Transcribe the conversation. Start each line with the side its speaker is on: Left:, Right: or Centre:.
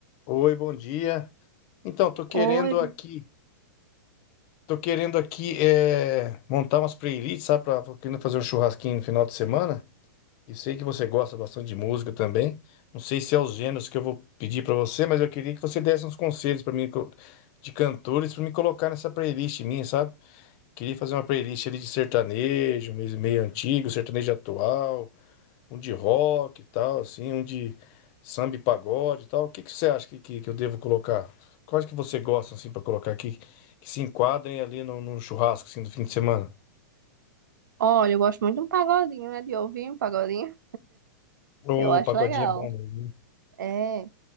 Left: Oi, bom dia. Então, tô querendo
Right: Oi,
Left: aqui, tô querendo aqui é, montar umas playlists, sabe? Pra, tô querendo fazer um churrasquinho no final de semana. E sei que você gosta bastante de música também. Não sei se é os gêneros que eu vou pedir pra você, mas eu queria que você desse uns conselhos pra mim co- de cantores pra me colocar nessa playlist minha, sabe? Queria fazer uma playlist ali de sertanejo, meio, meio antigo, sertanejo atual um de rock e tal, assim, um de samba e pagode e tal. O que que você acha que, que, que eu devo colocar? Quais que você gosta, assim, para colocar aqui, que se enquadrem ali no, no churrasco, assim, do fim de semana?
Right: olha, eu gosto muito de um pagodinho, né? De ouvir um pagodinho.
Left: O
Right: Eu acho
Left: pagodinho
Right: legal.
Left: é bom mesmo.
Right: É,